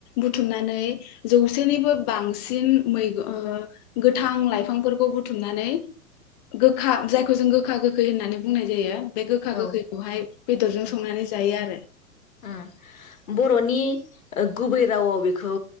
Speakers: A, on the left; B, on the left.
A: बुथुमनानै जौसेनिबो बांसिन मैगं ओ गोथां लाइफांफोरखौ बुथुमनानै गोखा जायखौ जों गोखा गोखै होननानै बुंनाय जायो बे गोखा
B: उम
A: गोखैखौहाय बेदरजों संनानै जायो आरो
B: उम बर'नि गुबै रावआव बेखौ